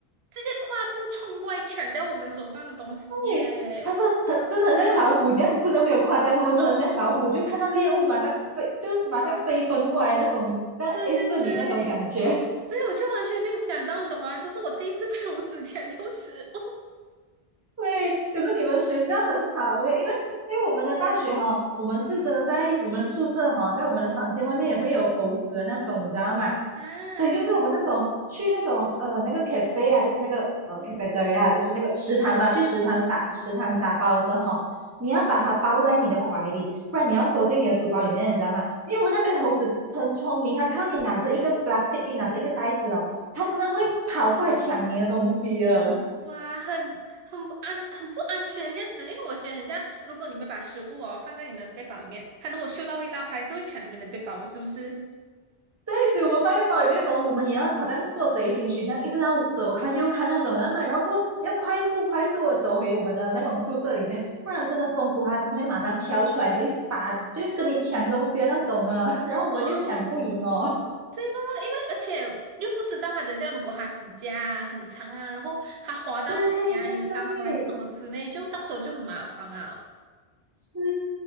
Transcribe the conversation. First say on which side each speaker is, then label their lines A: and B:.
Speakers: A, on the right; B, on the right.
A: 直接跨步冲过来抢掉我们手上的东西耶！
B: 你他们很真的很像老虎这样，真的没有夸张，他们真的很像老虎，
A: 哦，
B: 就看到猎物马上飞，就马上飞奔过来那种，在
A: 对对对，
B: aim 着你的那种感觉。
A: 所以我就完全没有想到，你懂吗？这是我第一次被猴子抢掉食物
B: <laughs> 对，可是你们学校很好诶，因为因为我们的大学哈、我们是真的在我们的宿舍哈、在我们的房间外面也会有猴子的那种，你知道吗？
A: <laughs> 啊！
B: 所以就是我们那种去那种呃那个
A: 这样
B: cafe 啊，就是那个呃
A: 嗯。
B: cafeteria，啊就是那个食堂吧，去食堂打食堂打包的时候，你要把它包在你的怀里，不然你要收进你的书包里面，你知道吗？因为我们那边猴子很聪明，它看到你拿着一个 plastic，一拿着一个袋子哦，它真的会跑过来抢你的东西哦。
A: 哇，很很不安，很不安全这样子，因为我觉得很像，如果你们把食物哦放在你们的背包里面，它如果嗅到味道，还是会抢你们的背包，是不是？
B: 对，所以我们放在包里面的时候，我们也要好像做贼心虚这样，一直要左看右看那种，然后然后过后要快步快速的走回我们的那种宿舍里面，不然真的中途他真的会马上跳出来，会把就是跟你抢东西的那种啊，然后我们就抢不赢哦。
A: 哦，对咯，因为而且又不知道它等下如果它指甲啊很长啊，然后它划到你呀、
B: 对对对，
A: 有伤口还是什么之类，就到时候就很麻烦啊。
B: 是，